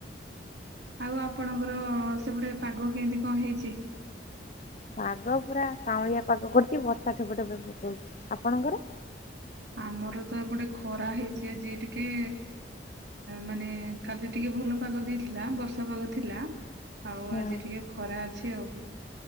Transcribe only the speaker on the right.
ଆଉ ଆପଣଙ୍କର ସେ ପଟେ ପାଗ କେମିତି କଣ ହେଇଛି?
ଆମର ତ ଏପଟେ ଖରା ହେଇଛି ଆଜି ଟିକେ। ମାନେ କାଲି ଟିକେ ଭଲ ପାଗ ଦେଇଥିଲା ବର୍ଷା ପାଗ ଥିଲା। ଆଉ
ଆଜି ଟିକେ ଖରା ଅଛି ଆଉ।